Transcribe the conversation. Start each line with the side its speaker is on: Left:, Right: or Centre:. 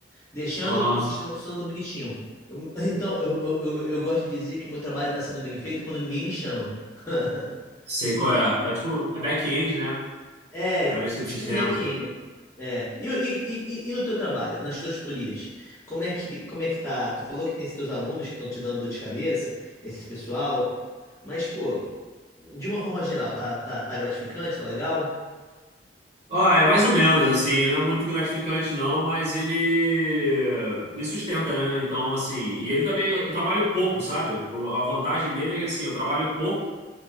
Left: deixando
Right: Aham.
Left: o sistema funcionando bonitinho. Eu- <laughs> então, eu, eu, eu, eu gosto de dizer que meu trabalho está sendo bem feito quando ninguém me chama. <laughs>
Right: Sei
Left: E
Right: qual
Left: como é que
Right: é. É tipo, é back-end, né?
Left: é,
Right: Analista de
Left: tipo
Right: sistemas.
Left: um back-end. É. E, e, e, e no teu trabalho, nas tuas tutorias, como é que, como é que tá? Tu falou que tem esses teus alunos que estão te dando dor de cabeça, esse pessoal, mas, pô, de uma forma geral, tá, tá, tá gratificante, tá legal?
Right: Ah, é mais ou menos, assim, não é muito gratificante não, mas ele me sustenta, né? Então, assim, e ele também, eu trabalho pouco, sabe? O- A vantagem dele é que, assim, eu trabalho pouco,